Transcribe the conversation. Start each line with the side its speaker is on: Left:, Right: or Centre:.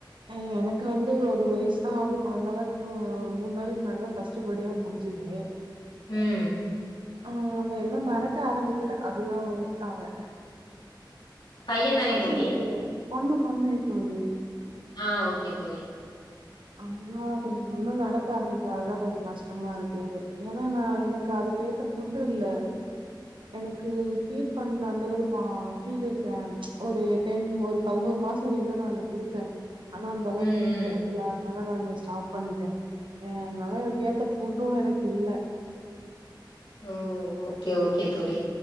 Right: ம் எனக்கு வந்து ஒரு வயசு தா ஆவது குழந்தாதா தூ ஒரு மூணு நாளைக்கு முன்னாடி ஃபஸ்ட்டு பட்டேவே முடிஞ்சுது
Left: ம்
Right: ஆ அவன் இன்னு நடக்க ஆரம்பிக்கல அதுதா ஒண்ணு அவ
Left: பையன் தானே
Right: புடிச்சுன்
Left: தோழி
Right: நிக்கிறே பொண்ணு பொண்ணு தோழி
Left: ஆ ஓக்கே தோழி
Right: அதுதா கொஞ்ச இன்னு நடக்க ஆரம்பிச்சே அதுதா கொஞ்ச கஷ்டமா இருக்கு ஏனா நா எனக்கு அதுக்கேத்த ஃபுட்டு் இல்ல எனக்கு ஃபீட் பண்ண அந்த அளவு பா ஃபீட இருக்கே ஒரு டென் ஒரு பதினோரு மாச வரைக்குதா நானு குடுத்தே ஆனா அந்த அளவுக்கு
Left: ம்
Right: எனக்கு
Left: ம்
Right: கிடைக் அதனால நானு ஸ்டாப் பண்ணிட்டே. ஏ அதனால அதுக்கேத்த ஃபுட்டும் எனக்கு இல்ல
Left: ஓ ஓ ஓக்கே ஓக்கே தோழி